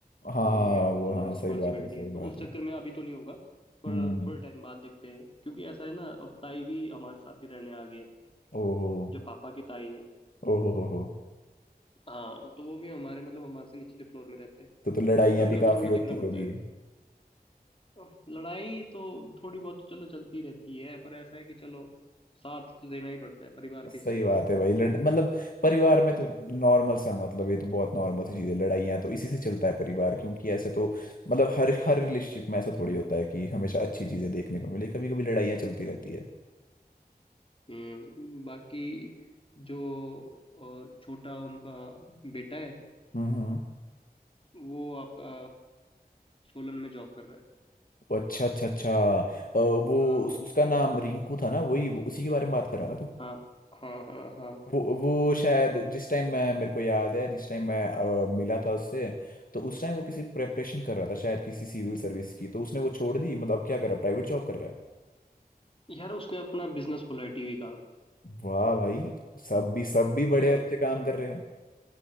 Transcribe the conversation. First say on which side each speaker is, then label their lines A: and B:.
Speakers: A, on the left (about 60°); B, on the left (about 35°).
A: हाँ
B: काम वगैरह होता
A: वो
B: है थोड़ा
A: हाँ
B: रिस्पॉन्सिबिलिटी
A: सही बात है सही
B: है तो
A: बात
B: उस
A: है
B: चक्कर में अभी तो नहीं होगा पर
A: हम्म
B: थोड़े टाइम बाद देखते हैं क्योंकि ऐसा है ना अब ताई भी हमारे साथ ही रहने आ गई है
A: ओहो
B: जो पापा की ताई है
A: ओहो हो हो
B: हाँ तो वो भी हमारे मतलब हमारे से निचले फ्लोर में रहते हैं
A: तो तो लड़ाइयाँ
B: तो उनका
A: भी
B: भी
A: काफी
B: थोड़ा
A: होती
B: देखना पड़ता
A: होगी
B: है अह, लड़ाई तो थोड़ी बहुत तो चलो चलती रहती है पर ऐसा है कि चलो साथ तो देना ही पड़ता है परिवार के
A: सही
B: हिस्से
A: बात है भाई लड़ मतलब परिवार में तो नॉर्मल सा मतलब ये तो बहुत नॉर्मल सी चीज है लड़ाइयाँ तो इसी से चलता है परिवार क्योंकि ऐसे तो मतलब हर हर रिलेशनशिप में ऐसा थोड़ी होता है कि हमेशा अच्छी चीजें देखने को मिले कभी कभी लड़ाइयाँ चलती रहती है
B: हम्म बाकी जो अह, छोटा उनका बेटा है
A: हम्म हम्म।
B: वो आपका सोलन में जॉब कर रहा है
A: वो अच्छा अच्छा अच्छा अ, वो
B: हाँ
A: उस, उसका नाम रिंकू था ना वही वो- उसी के बारे में बात कर रहा है ना तू
B: हाँ हाँ हाँ हाँ
A: वो वो शायद जिस टाइम मैं मेरे को याद है जिस टाइम मैं अ, मिला था उससे तो उस टाइम वो किसी प्रेपरेशन कर रहा था शायद किसी सिविल सर्विस की तो उसने वो छोड़ दी मतलब अब क्या कर रहा है प्राइवेट जॉब कर रहा है
B: यार उसने अपना बिजनेस खोला है टीवी का
A: वाह भाई सब भी सब भी बड़े
B: हाँ
A: अच्छे काम कर रहे हैं